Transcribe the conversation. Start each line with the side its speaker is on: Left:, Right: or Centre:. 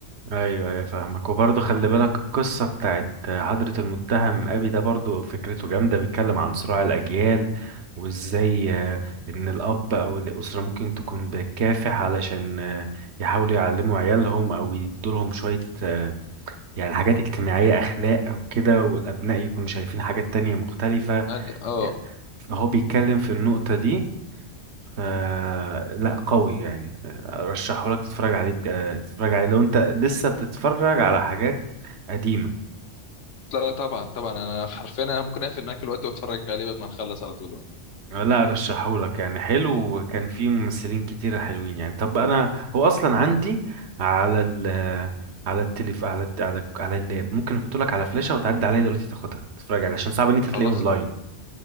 Right: ايوه ايوه فاهمك وبرضه خلي بالك القصه بتاعت حضرة المتهم ابي ده برضه فكرته جامده بيتكلم عن صراع الاجيال وازاي آه، ان الاب او الاسره ممكن تكون بتكافح علشان آه، يحاولوا يعلموا عيالهم او يدولهم شويه آه، يعني حاجات اجتماعيه اخلاق او كده والابناء يكونوا شايفين حاجات تانية مختلفه
Left: أد... اه
Right: يعني فهو بيتكلم في النقطه دي ف لا قوي يعني ارشحه لك تتفرج عليه بج- آه، تتفرج عليه لو انت لسه بتتفرج على حاجات قديمة
Left: لا طبعا طبعا انا حرفيا انا ممكن اقفل معاك الوقت واتفرج عليه بعد ما نخلص على طول بقى.
Right: آه، لا ارشحه لك يعني حلو وكان فيه ممثلين كتير حلوين يعني طب انا هو اصلا عندي على ال على التليف على الت- على على اللاب ممكن احطه لك على فلاشة وتعدي عليا دلوقتي تاخدها تتفرج عليها عشان صعب ان انت تلاقيه
Left: خلاص
Right: اونلاين